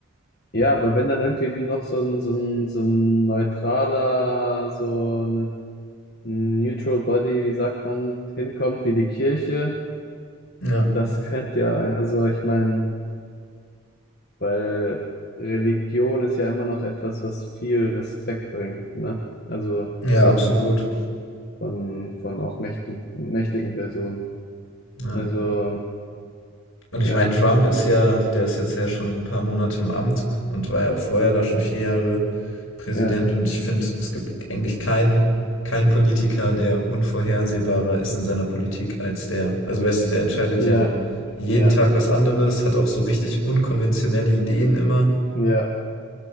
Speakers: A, on the left; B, on the left.
A: Ja, aber wenn dann irgendwie noch so ein, so ein, so ein neutraler, so ein ein Neutral Body, wie sagt man, hinkommt, wie die Kirche,
B: ja.
A: das könnte ja, ein- also ich meine, weil Religion ist ja immer noch etwas, was viel Respekt bringt, ne? Also
B: Ja,
A: von,
B: absolut.
A: von, von auch mächtigen, mächtigen Personen.
B: Ja.
A: Also,
B: Und ich
A: ja.
B: meine, Trump ist ja, der ist jetzt ja schon ein paar Monate im Amt und war ja auch vorher da schon vier Jahre Präsident.
A: Ja,
B: Und ich finde, es gibt eigentlich keinen, keinen Politiker, der unvorhersehbarer ist in seiner Politik als der. Also weißt du, der entscheidet
A: Ja,
B: ja jeden
A: ja,
B: Tag was anderes, hat auch so richtig unkonventionelle Ideen immer.
A: ja,